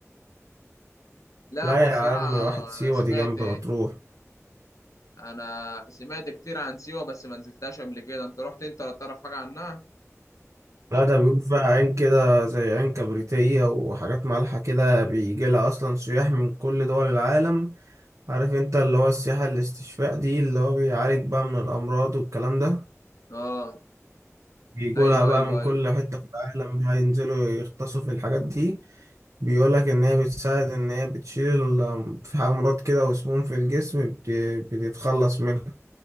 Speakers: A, on the left (about 85°); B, on the right (about 70°).
A: لا
B: لا
A: هو الصراحة
B: يا عم واحد سيوة
A: أنا سمعت
B: دي جنب مطروح
A: أنا سمعت كتير عن سيوة بس ما نزلتهاش قبل كده أنت رحت أنت ولا تعرف حاجة عنها؟
B: لا ده بيقول فيها عين كده زي عين كبريتية وحاجات مالحة كده بيجي لها اصلا سياح من كل دول العالم عارف انت اللي هو السياحة الاستشفاء دي اللي هو بيعالج بقى من الامراض والكلام ده
A: آه
B: بيجولها
A: ايوه
B: بقى
A: ايوه
B: من كل
A: ايوه
B: حتة في العالم بقى ينزلوا يغطسوا في الحاجات دي بيقولك إن هي بتساعد إن هي بتشيل ال- في أمراض كده وسموم في الجسم بت- بتتخلص منها